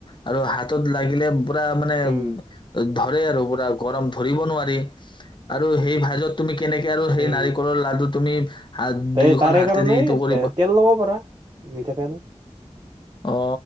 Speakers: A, on the left; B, on the right.
A: আৰু হাতত লাগিলে <inaudible>
B: উম
A: ধৰে আৰু পুৰা গৰম ধৰিব নোৱাৰি আৰু সেই ভাজত তুমি <unintelligible>
B: উম
A: তুমি হাত
B: তে
A: দুয়োখন
B: তাৰে
A: হাতেদি
B: কাৰণে
A: ইটো কৰিব
B: তেল লব পাৰা মিঠাতেল
A: অ